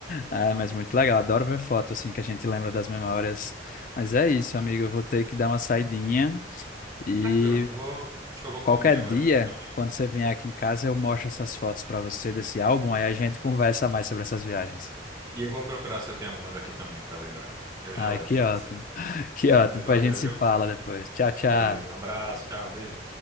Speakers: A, on the left; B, on the right.
A: É, mas muito legal. Adoro ver foto, assim, que a gente lembra das memórias. Mas é isso, amigo. Eu vou ter que dar uma saidinha e
B: Tranquilo, amigo. Vou, acho que eu vou comer
A: qualquer
B: agora
A: dia,
B: aqui também.
A: quando você vier aqui em casa, eu mostro essas fotos pra você desse álbum, aí a gente conversa mais sobre essas viagens.
B: E eu vou procurar se eu tenho algumas aqui também pra lembrar. Eu
A: Ai,
B: já levo
A: que
B: pra
A: ótimo.
B: você.
A: <laughs> Que ótimo.
B: Pois
A: Depois
B: valeu,
A: a gente se
B: viu?
A: fala depois. Tchau, tchau.
B: Beleza. Um abraço, tchau, beijo.